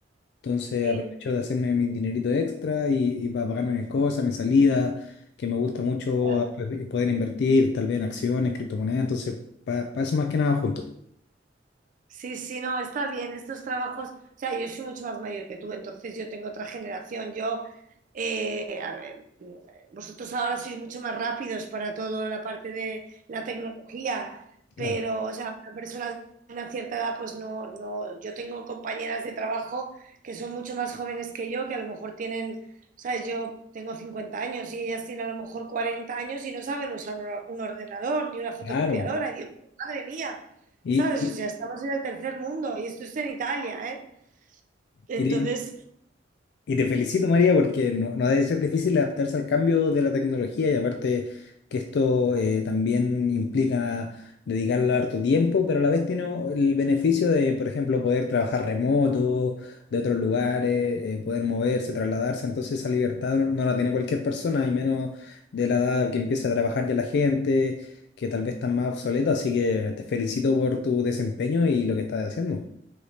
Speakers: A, on the left; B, on the right.
A: Entonces
B: sí,
A: aprovecho de hacerme mi dinerito extra y, y para pagarme mis cosas, mi salida, que me gusta mucho
B: la
A: pues, y poder invertir tal vez en acciones, criptomonedas. Entonces, para eso más que nada junto.
B: Sí, sí, no, está bien, estos trabajos, o sea, yo soy mucho más mayor que tú, entonces yo tengo otra generación, yo, eh, a ver, vosotros ahora sois mucho más rápidos para toda la parte de la tecnología,
A: Claro.
B: pero, o sea, una persona de una cierta edad, pues no, no, yo tengo compañeras de trabajo que son mucho más jóvenes que yo, que a lo mejor tienen, sabes, yo tengo 50 años y ellas tienen a lo mejor 40 años y no saben usar un or- un ordenador ni una fotocopiadora,
A: Claro.
B: y digo, madre mía.
A: Y,
B: ¿Sabes?
A: y,
B: O sea, estamos en el tercer mundo y esto es en Italia, ¿eh? Entonces,
A: y Y te felicito, María, porque no, no ha de ser difícil adaptarse al cambio de la tecnología y aparte que esto eh, también implica dedicarle harto tiempo, pero a la vez tiene el beneficio de, por ejemplo, poder trabajar remoto, de otros lugares, eh, poder moverse, trasladarse. Entonces esa libertad no, no la tiene cualquier persona, y menos de la edad que empieza a trabajar ya la gente, que tal vez está más obsoleta. Así que te felicito por tu desempeño y lo que estás haciendo.